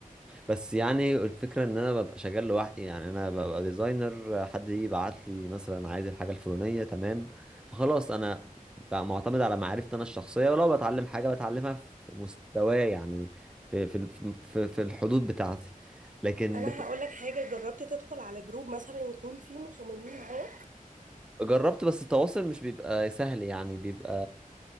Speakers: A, in the centre; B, on the right.
A: بس يعني الفكرة ان انا ببقى شغال لوحدي يعني انا ببقى ديزاينر حد يبعت لي مثلا عايز الحاجة الفلانية تمام فخلاص انا بقى معتمد على معرفتي انا الشخصية ولو بتعلم حاجة بتعلمها في مستواي يعني في في في, في الحدود بتاعتي لكن
B: انا هقول لك حاجه جربت تدخل على جروب مثلا يكون فيه مصممين معاه
A: جربت بس التواصل مش بيبقى سهل يعني بيبقى